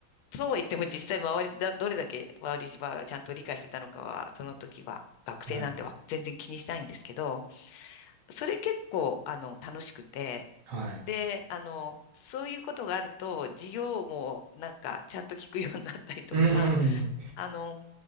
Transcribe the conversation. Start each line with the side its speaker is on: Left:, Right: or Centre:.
Left: そうは言っても実際周りでだ、どれだけ周りはちゃんと理解してたのかは、その時は学生なんでは全然気にしないんですけど、
Right: はい。
Left: それ結構、あの、楽しくて、
Right: はい。
Left: で、あの、そういうことがあると、授業もなんかちゃんと聞くようになったりとか、
Right: うん。
Left: あの、